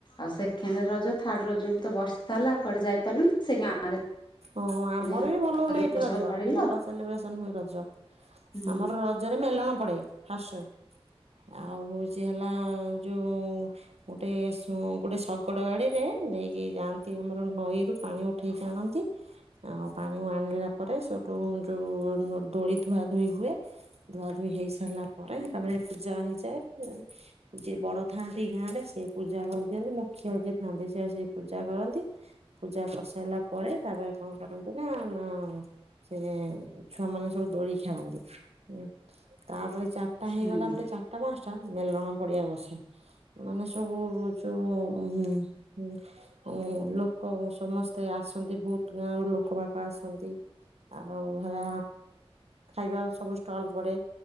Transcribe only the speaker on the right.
ଓହୋ ଆମର
ବି ଭଲ ହୁଏ ଏଠି
ରଜ
ଭଲ
ସେଲିବ୍ରେସନ ହୁଏ ରଜ।
ଆମର ରଜରେ ମେଲଣ ପଡେ ଫାର୍ଷ୍ଟରେ ଆଉ ହ ଚି ହେଲା ଯୋଉ। ଗୋଟେ ସୁଁ ଗୋଟେ ଶଗଡ ଗାଡିରେ ନେଇକି ଯାଆନ୍ତି ଆମର ନଈରୁୁ ପାଣି ଉଠେଇ ଟାଣନ୍ତି ଆଁ ପାଣି କୁ ଆଣିଲା ପରେ ସେଉଠୁ ଯୋଉ ଦୋଳି ଧୁଆ ଧୁଇ ହୁଏ। ଧୁଆ ଧୁଇ ହେଇ ସାରିଲା ପରେ ତାପରେ ପୂଜା ହେଇଯାଏ ଏଁ। ଯିଏ ବଡ ଥାଆନ୍ତି ଗାଁ ରେ ସିଏ ପୂଜା କରିଦିଅନ୍ତି ମୁ ଖିଆ ବି ଥାନ୍ତି ସେ ଆସି ପୂଜା କରନ୍ତି ପୂଜା କରିସାରିଲା ପରେ ତାପରେ। କଣ କରନ୍ତି ନା ନା ସେ ଛୁଆ ମାନେ ସବୁ ଦୋଳି। ଖେଳନ୍ତି ଉଁ ତାପରେ ଚାରିଟା ହେଇଗଲା
ପରେ ଚା ଟା ପାଞ୍ଚ ଟା ମେଲଣ ପଡିଆ ବସେ। ମାନେ ସବୁ ଯୋଉ ଉଁ ହୁଁ ଉଁ ଉଁ ଲୋ କ ସମସ୍ତେ ଆସନ୍ତି ବହୁତ ଗାଁରୁ ଲୋକ ବାକ ଆସନ୍ତି। ଆଉ ହେଲା ଖାଇବା ସବୁ ଷ୍ଟଲ ପଡେ।